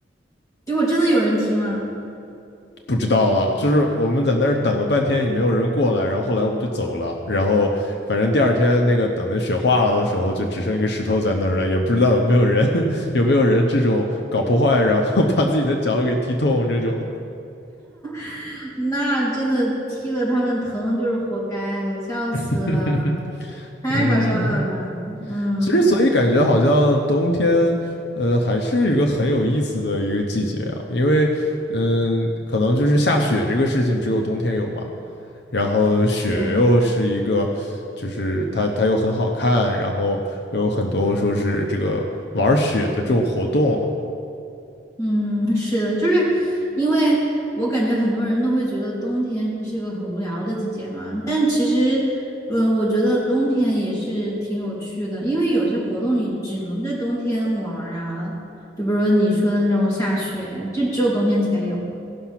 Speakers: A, on the left (about 20°); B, on the left (about 65°).
A: 结果真的有人踢吗？
B: 不知道了，就是我们在那儿等了半天也没有人过来，然后后来我们就走了，然后反正第二天那个等的雪化了的时候，就只剩一个石头在那儿了，也不知道有没有人 <laughs> 有没有人这种搞破坏，然后把自己的脚给踢痛这种。
A: <laughs> 那真的踢了他们疼就是活该了，笑死了，
B: <laughs>
A: 太搞笑了吧？
B: 嗯，
A: 嗯，
B: 其实所以感觉好像冬天，呃，还是一个很有意思的一个季节啊，因为嗯，可能就是下雪这个事情只有冬天有嘛，然后雪又是一个，
A: 对。
B: 就是它它又很好看，然后有很多说是这个玩儿雪的这种活动，
A: 嗯，是的，就是因为我感觉很多人都会觉得冬天是一个很无聊的季节嘛，但其实，嗯，我觉得冬天也是挺有趣的，因为有些活动你只能在冬天玩儿啊，就比如说你说的那种下雪，就只有冬天才有。